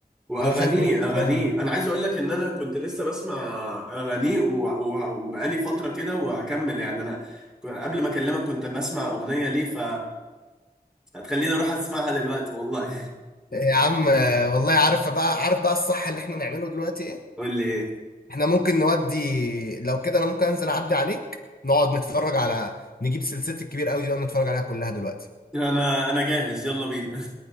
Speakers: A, in the centre; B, on the left.
A: واغانيه
B: انا شايف ميكي
A: اغانيه
B: صراحه جامد.
A: انا عايز اقول لك ان انا كنت لسه بسمع اغانيه و... و... وبقالي فتره كده وهكمل يعني انا ك- قبل ما اكلمك كنت بسمع اغنيه ليه ف هتخليني اروح اسمعها دلوقتي والله
B: يا عم والله عارف بقى عارف بقى الصح اللي احنا نعمله دلوقتي
A: <laughs>
B: ايه
A: قول لي ايه
B: احنا ممكن نودي لو كده انا ممكن انزل اعدي عليك نقعد نتفرج على نجيب سلسلة الكبير قوي دي ونقعد نتفرج عليها كلها دلوقتي
A: انا انا جاهز يلا بينا